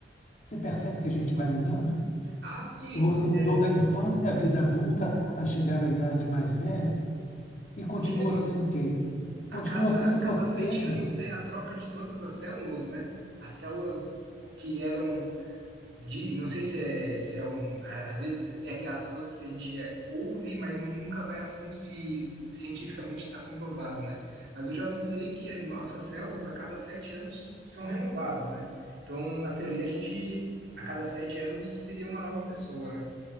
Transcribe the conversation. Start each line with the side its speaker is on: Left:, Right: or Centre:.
Left: Você percebe que a gente vai mudando?
Right: Ah, sim.
Left: Que você mudou
Right: é,
Left: da infância à vida adulta, a chegar à idade mais velha, e continua
Right: tem- eu não-
Left: sendo quem? Continua
Right: a cada,
Left: sendo
Right: a cada
Left: você
Right: sete
Left: mesmo.
Right: anos tem a troca de todas as células, né? As células que eram de, não sei se é, se é um, a- às vezes tem aquelas coisas que a gente é- ouve, mas nunca vai a fundo se cientificamente está comprovado, né? Mas eu já ouvi dizer que eh, nossas células a cada sete anos são renovadas, né? Então, na teoria, a gente a cada sete anos seria uma nova pessoa, né?